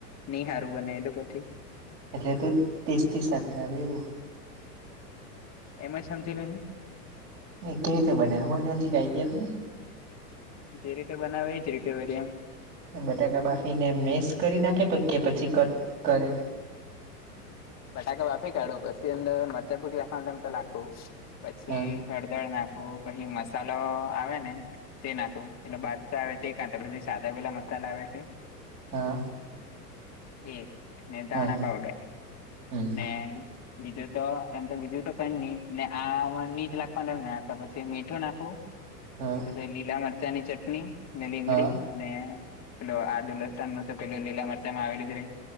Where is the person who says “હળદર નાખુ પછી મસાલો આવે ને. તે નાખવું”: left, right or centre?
Left